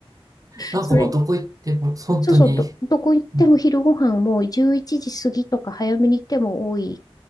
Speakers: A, on the right (about 35°); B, on the left (about 40°).
A: なんかもうどこ行っても、
B: それ、
A: 本当に、
B: そうそう、ど、どこ行っても昼ご飯もう11時過ぎとか早めに行っても多い、
A: うん、